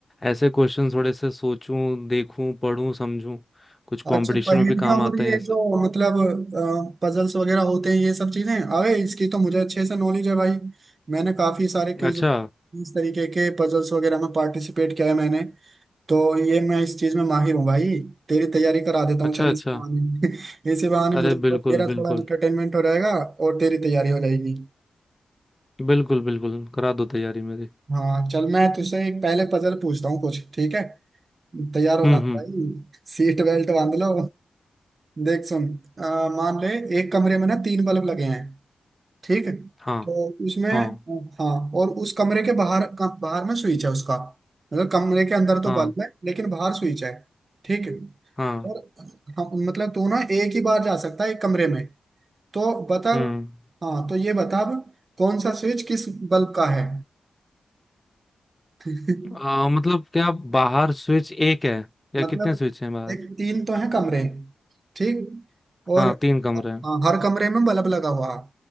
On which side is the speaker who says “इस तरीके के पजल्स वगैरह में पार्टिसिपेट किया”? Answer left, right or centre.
Right